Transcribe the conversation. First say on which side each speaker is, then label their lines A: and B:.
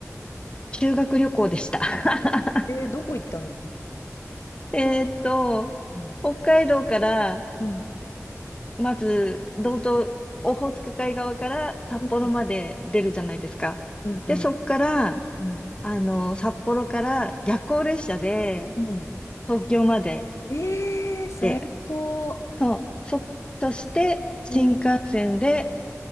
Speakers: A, on the left; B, on the left.
A: 修学旅行でした。<laughs>
B: えー、どこ行ったの
A: えーっと、
B: と、うん
A: 北海道から、
B: うん、
A: まず、道東、オホーツク海側から札幌まで出るじゃないですか。
B: うん、うん、うん、
A: で、そっから、
B: うん。
A: あの、札幌から夜行列車で
B: うん
A: 東京まで
B: えー、最高。
A: で、そう、そ、そして新幹線で、
B: うん、